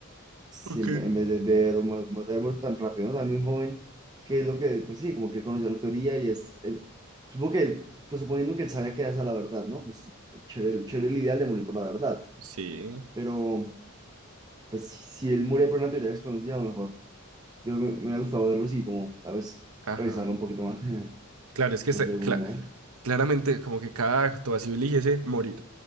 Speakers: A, on the right; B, on the right.
A: Si
B: ok.
A: en, ve- en vez de, de, de mu- mu- de haber muerto tan rápido, ¿no? Tan muy joven, que es lo que, pues sí, como que él conoció la teoría y es, él- supongo que, él, pues suponiendo que él sabía que era esa la verdad, ¿no? Pues chévere, el- chévere el ideal de morir por la verdad,
B: Sí,
A: pero pues si, si él moría por una teoría desconocida, a lo mejor. Creo que me me hubiera gustado verlos y como, a veces,
B: ajá.
A: revisarlo un poquito más, <laughs>
B: Claro, es que
A: por
B: se-
A: si de
B: cla-
A: algún modo.
B: claramente como que cada acto así eligiese morir.